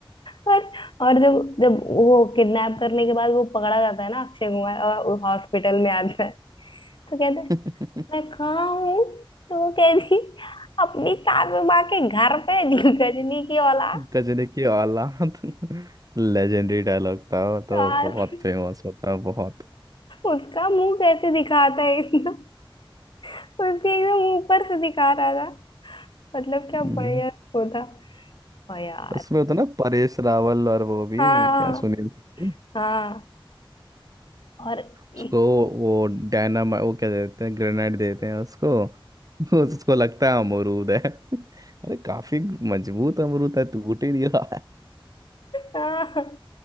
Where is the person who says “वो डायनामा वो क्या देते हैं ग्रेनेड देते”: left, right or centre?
Right